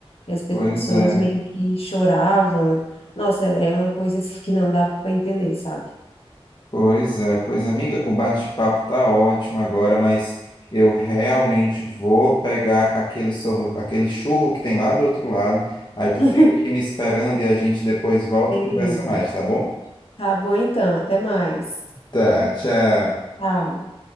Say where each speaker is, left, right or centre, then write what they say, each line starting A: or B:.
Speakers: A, on the left; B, on the left.
A: E as
B: Pois
A: pessoas
B: é,
A: meio que choravam. Nossa, é uma coisa assim que não dá para entender, sabe?
B: pois é. Pois, amiga, o bate-papo tá ótimo agora, mas eu realmente vou pegar aquele, sorro, aquele churro que tem lá do outro lado.
A: <laughs>
B: Aí tu fica aqui me esperando e a gente depois volta
A: Beleza.
B: e conversa mais, tá bom?
A: Tá bom então, até mais.
B: Tá, tchau.
A: Tchau.